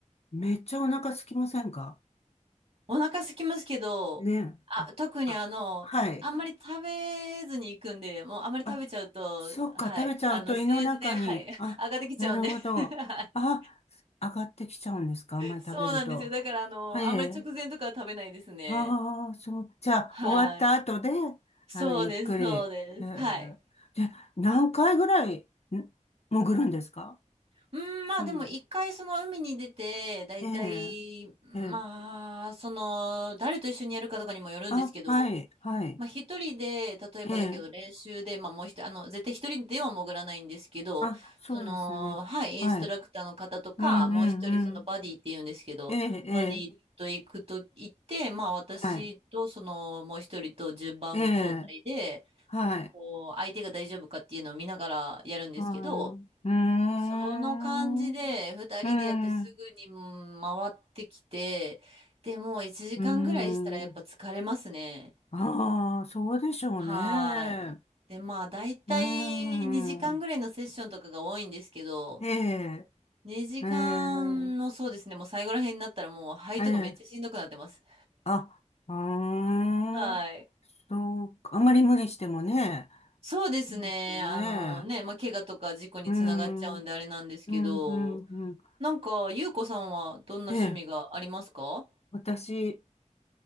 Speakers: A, on the left (about 55°); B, on the right (about 50°).
A: めっちゃお腹空きませんか
B: お腹空きますけど、
A: ね。
B: あ、
A: あ、
B: 特にあの、
A: あ、はい。
B: あんまり食べずに行くんで、もうあんまり食べちゃうと、
A: あ、そっか、
B: はい。
A: 食べちゃうと胃の中に、
B: あの、水圧で、はい。<laughs>
A: あ、
B: 上がってきちゃうんで。
A: なるほど。
B: <laughs> はい
A: あ、上がってきちゃうんですかあんまり食べると。
B: そうなんですよ。だから、あの、
A: はい。
B: あんまり直前とかは食べないですね。
A: ああ、そう、じゃあ、
B: はい。
A: 終わった後で、
B: そうです、
A: あの、ゆっくり。
B: そうです。
A: へえ。
B: はい。
A: で、何回ぐらい、ん潜るんですか
B: うん、
A: その、
B: まあでも一回その海に出て、だいたい、
A: ええ、
B: まあ、
A: ええ。
B: その、誰と一緒にやるかとかにもよるんですけど、
A: あ、はい、はい。
B: まあ一人で、例えばだけど練習で、
A: ええ。
B: まあもう一人、あの、絶対一人では潜らないんですけど、
A: あ、そうですね。
B: その、はい、インストラクターの方とか、
A: はい。うん、う
B: もう一人そのバディって言うんですけど、
A: ん、うん。ええ、ええ。
B: バディと行くと行って、まあ私とその、
A: はい。
B: もう一人と順番交代で、
A: ええ、はい、
B: こう、相手が大丈夫かっていうのを見ながらやるんですけど、
A: はい。うーん、
B: その感じで2人でやってすぐにうん回ってきてでもう1時間ぐらいしたらやっぱ疲れますね
A: うーん、うーん。ああ、そうでしょうね。
B: はーいでまあ大体2時間ぐらいのセッションとかが多いんですけど
A: うーん、ええ、
B: 2時間のそうですねもう最後ら辺になったらもう肺とかめっちゃしんどくなってます
A: ええ、ええ、あ、うーん、
B: はい
A: そうか、あまり無理してもね、
B: そうですねあのねまあ怪我とか事故につながっちゃうんであれなんですけど
A: そうですよね。うーん、うん、うん、うん。
B: なんかゆうこさんはどんな趣味がありますか
A: ええ、私、